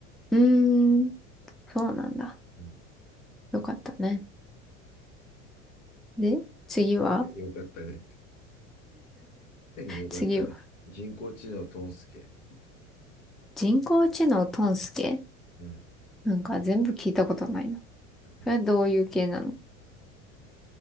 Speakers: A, in the centre; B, on the left.
A: うーん、そうなんだ。
B: うん。
A: よかったね。で、次は
B: <laughs> よかったねって。何よかったね。
A: 次は。
B: 人工知能トンスケ。
A: 人工知能トンスケ
B: うん。
A: なんか全部聞いたことないな。
B: うん
A: それはどういう系なの